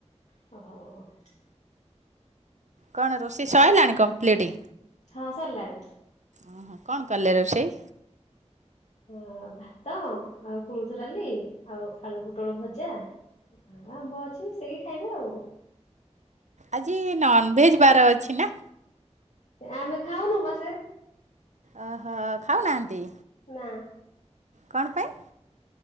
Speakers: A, on the left; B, on the right.
A: <inaudible>
B: କଣ ରୋଷେଇ ସଇଲାଣି କମ୍ପ୍ଲିଟ?
A: ହଁ ସରିଲାନି।
B: ଓହୋ କଣ କଲେ ରୋଷେଇ?
A: ହ ଭାତ ଆଉ କୋଳଥ ଡାଲି, ଆଉ ଆଳୁ, ପୋଟଳ ଭଜା। ଆମ୍ବ ଅଛି ମିସେଇକି ଖାଇବେ ଆଉ।
B: ଆଜି ନନ୍‌ଭେଜ ବାର ଅଛି ନା?
A: ଆମେ ଖାଉନୁ ବସେ
B: ଅହ ଖାଉନାହାନ୍ତି।
A: ନାଁ।
B: କଣ ପାଇଁ?